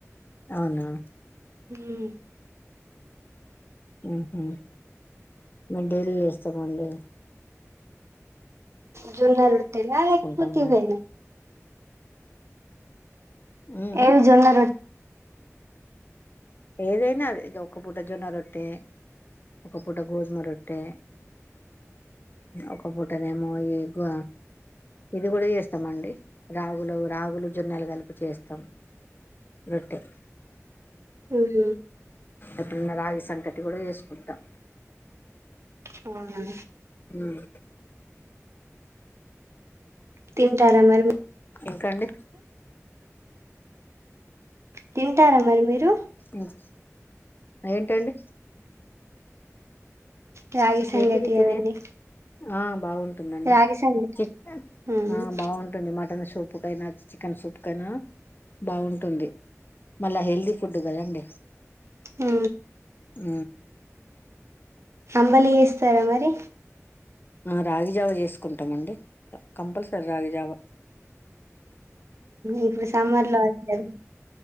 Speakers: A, on the left; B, on the right.
A: అవునా
B: హు
A: ఉహు మేము డైలీ చేస్తామండి
B: జున్న రొట్టెలా
A: చేసుకుంటాం
B: లేకపోతే
A: మేము
B: ఇవేనా
A: ఉమ్,
B: ఏవి
A: ఉమ్.
B: జొన్న రొట్టె
A: ఏదైనా అదే ఒక్క పూట జొన్న రట్టే ఒక పూట గోధుమ రొట్టె ఒక పూటనే ఏమో ఎకు ఇది కూడా చేస్తామ అండి రాగులు రాగులు జొన్నలు కలిపి చేస్తాం రెట్టే
B: ఉహు
A: ఎప్పుడున్న రాగి సంకటి కూడా చేసుకుంటాం
B: అవునా
A: ఉమ్,
B: తింటారా మరి మీ
A: ఇంకాండి
B: తింటారా మరి మీరు
A: ఉమ్, ఏంటండి
B: రాగి సంగటీ
A: ఏంటిది తినే
B: అవన్నీ
A: ఆ బాగుంటుదండి
B: రాగి సంగటి
A: చిక్క
B: అవునా అవును
A: ఆ బావుంటుంది మటన్ సూప్ ఎపుడైనా చికెన్ సూప్ కైనా బాగుంటుంది మళ్ళా హెల్దీ ఫుడ్ కదండి
B: ఊ
A: ఊ
B: అంబలి చెస్తారా మరి
A: ఆ రాగిజావ చేసుకుంటామండి కంపల్సరీ రాగిజావ
B: ఇప్పుడు సమ్మర్ లో అ